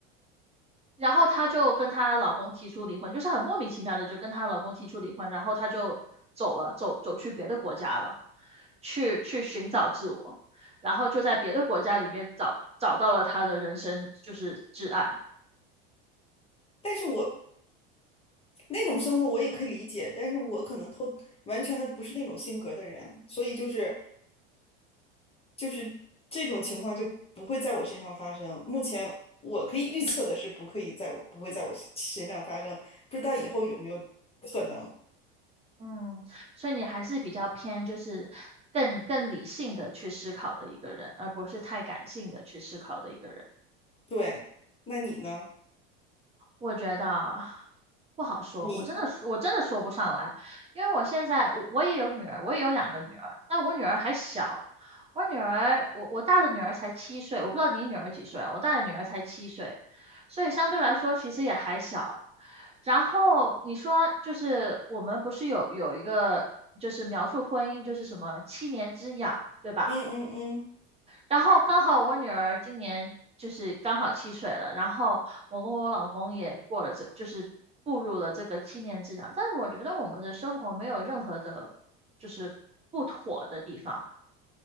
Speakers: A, on the right; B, on the left.
A: 然后她就跟她老公提出离婚，就是很莫名其妙的就跟她老公提出离婚，然后她就走了，走走去别的国家了，去去寻找自我，然后就在别的国家里面找找到了她的人生就是挚爱。
B: 但是我那种生活我也可以理解，但是我可能偷完全的不是那种性格的人，所以就是就是这种情况就不会在我身上发生。目前我可以预测的是，不可以在我不会在我身上发生，不知道以后有没有可能。
A: 嗯，所以你还是比较偏就是更更理性的去思考的一个人，而不是太感性的去思考的一个人。
B: 对，那你呢？
A: 我觉得不好说，
B: 你
A: 我真的说，我真的说不上来，因为我现在我我也有女儿，我也有两个女儿，但我女儿还小，我女儿我我大的女儿才七岁，我不知道你女儿几岁啊，我大的女儿才七岁，所以相对来说其实也还小。然后你说就是我们不是有有一个就是描述婚姻就是什么七年之痒，对吧？
B: 嗯嗯嗯
A: 然后刚好我女儿今年就是刚好七岁了，然后我跟我老公也过了这，就是步入了这个七年之痒。但是我觉得我们的生活没有任何的，就是不妥的地方。